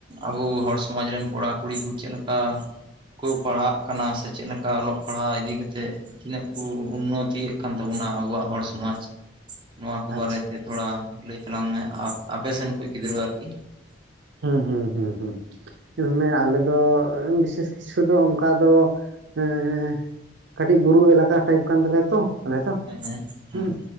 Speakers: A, on the right (about 25°); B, on the right (about 65°).
A: ᱟᱵᱚ ᱦᱚᱲ ᱥᱚᱢᱟᱡᱽ ᱨᱮᱱ ᱠᱚᱲᱟ ᱠᱩᱲᱤ ᱠᱚ ᱪᱮᱫ ᱞᱮᱠᱟ ᱠᱚ ᱯᱟᱲᱦᱟ ᱠᱟᱱᱟ ᱥᱮ ᱪᱮᱫ ᱞᱮᱠᱟ ᱚᱞᱚ ᱯᱟᱲᱦᱟᱣ ᱤᱫᱤ ᱠᱟᱛᱮᱮᱫ ᱛᱤᱱᱟᱹᱜ ᱠᱚ ᱩᱱᱱᱚᱛᱤᱭᱮᱫ ᱠᱟᱱ ᱛᱟᱵᱚᱱᱟ ᱟᱵᱚᱣᱟᱜ ᱦᱚᱲ ᱥᱚᱢᱟᱡᱽ ᱱᱚᱣᱟ ᱠᱚ
B: ᱟᱪᱪᱷᱟ
A: ᱵᱟᱨᱮᱛᱮ ᱛᱷᱚᱲᱟ ᱞᱟᱹᱭ ᱛᱟᱞᱟᱝ ᱢᱮ ᱟᱯᱮᱥᱮᱱ ᱠᱚᱭᱤᱢ ᱜᱤᱫᱽᱨᱟᱹ ᱟᱨᱠᱤ᱾
B: ᱦᱮᱸ ᱦᱩᱸ ᱦᱩᱸ ᱦᱩᱸ ᱧᱮᱞᱢᱮ ᱟᱞᱮ ᱫᱚ ᱵᱤᱥᱮᱥ ᱠᱤᱪᱷᱩ ᱫᱚ ᱚᱱᱠᱟ ᱫᱚ ᱮᱸ ᱠᱟᱹᱴᱤᱡ ᱵᱩᱨᱩ ᱮᱞᱟᱠᱟ ᱴᱟᱭᱤᱯ ᱠᱟᱱ ᱛᱟᱞᱮᱭᱟ ᱛᱚ, ᱟᱞᱮ ᱛᱚ
A: ᱦᱮᱸ ᱦᱮᱸ
B: ᱦᱩᱸ
A: ᱦᱮᱸ